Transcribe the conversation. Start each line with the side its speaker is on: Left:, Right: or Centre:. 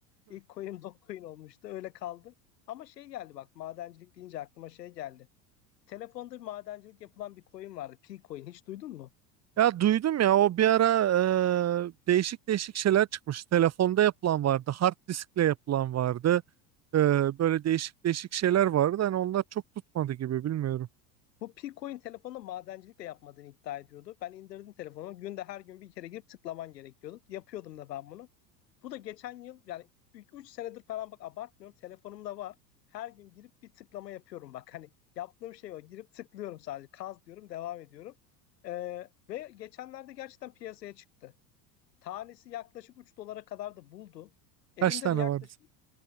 Left: İlk coin'im Dogecoin olmuştu öyle kaldı. Ama şey geldi bak madencilik deyince aklıma şey geldi. Telefonda bir madencilik yapılan bir coin vardı. P-Coin hiç duydun mu?
Right: Ya duydum ya o bir ara e, değişik değişik şeyler çıkmış. Telefonda yapılan vardı, hard diskle yapılan vardı. Ee, böyle değişik değişik şeyler vardı. Hani onlar çok tutmadı gibi bilmiyorum.
Left: Bu Pico'nun telefonda madencilik de yapmadığını iddia ediyordu. Ben indirdim telefonu. Günde her gün bir kere girip tıklaman gerekiyordu. Yapıyordum da ben bunu. Bu da geçen yıl yani 3 senedir falan bak abartmıyorum. Telefonumda var. Her gün girip bir tıklama yapıyorum bak. Hani yaptığım şey o. Girip tıklıyorum sadece. Kaz diyorum devam ediyorum. Ee, ve geçenlerde gerçekten piyasaya çıktı. Tanesi yaklaşık 3 dolara kadar da buldu. Elimde
Right: Kaç tane
Left: de yaklaşık
Right: vardı?